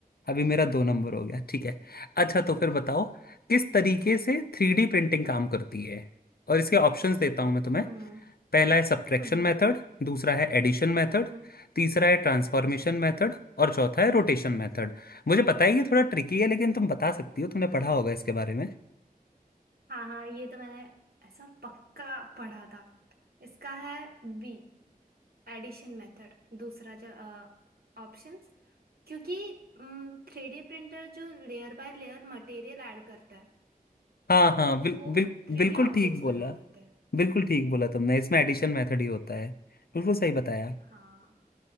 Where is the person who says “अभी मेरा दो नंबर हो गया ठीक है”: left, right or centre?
Left